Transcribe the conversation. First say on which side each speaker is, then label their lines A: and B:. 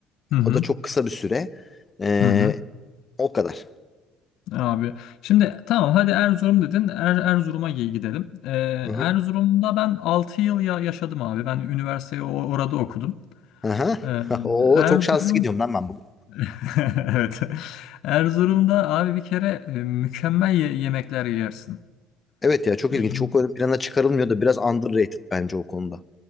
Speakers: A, on the left; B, on the left.
A: Hı hı.
B: O da çok kısa bir süre. Ee,
A: Hı hı,
B: O kadar.
A: abi. Şimdi tamam hadi Erzurum dedin. Er, Erzurum'a gi- gidelim. Ee,
B: Hı hı.
A: Erzurum'da ben 6 yıl ya yaşadım abi. Ben üniversiteyi o- orada okudum.
B: Aha.
A: Ee,
B: <laughs> Oo
A: Erzurum
B: çok şanslı gidiyorum lan ben bugün.
A: <laughs> evet. Erzurum'da abi bir kere e, mükemmel ye- yemekler yersin.
B: Evet ya çok
A: Yani,
B: ilginç. Çok ön plana çıkarılmıyor da biraz underrated bence o konuda.